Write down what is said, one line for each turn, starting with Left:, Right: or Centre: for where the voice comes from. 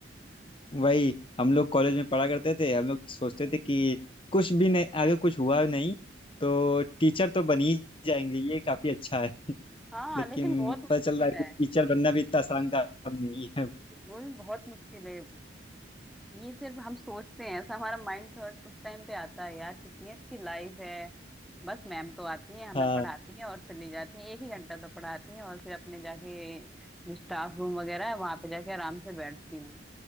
Left: वही हम लोग कॉलेज में पढ़ा करते थे हम लोग सोचते थे कि कुछ भी नहीं आगे कुछ हुआ नहीं तो टीचर तो बन ही जाएंगे ये काफी अच्छा है
Centre: हाँ
Left: लेकिन
Centre: लेकिन बहुत मुश्किल
Left: पता चल रहा है
Centre: है
Left: कि टीचर बनना भी इतना आसान काम नहीं है
Centre: वो भी बहुत मुश्किल है ये सिर्फ हम सोचते हैं ऐसा हमारा माइंड थॉट उस टाइम पे आता है यार कितनी अच्छी लाइफ है बस मैम तो आती है हमें
Left: हाँ
Centre: पढ़ाती हैं और चली जाती हैं एक ही घंटा तो पढ़ाती हैं और फिर अपने जाके जो स्टाफ रूम वगैरह है वहां पे जाके आराम से बैठती हैं